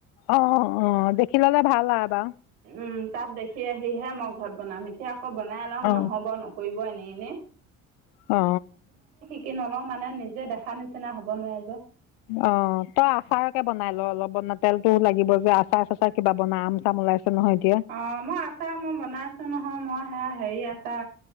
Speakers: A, on the left (about 65°); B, on the right (about 70°).
A: অ অ অ দেখি ললে ভাল আও এবাৰ।
B: উ, তাত দেখি আহিহে মই ঘৰত বনাম এতিয়া আকৌ বনাই লম
A: অ
B: নহ'ব নকৰি কোৱা এনেনে?
A: অ
B: কি নলও মানে নিজে দেখা নিচিনা হব নোৱাৰে যে।
A: অ তই আচাৰকে বনাই ল অলপ বনা তেলতো লাগিব যে আচাৰ-চাচাৰ কিবা বনা আম-চাম ওলাইছে নহয় এতিয়া
B: অ মই আচা মই বনাইছো নহয় মই হেৰি আচা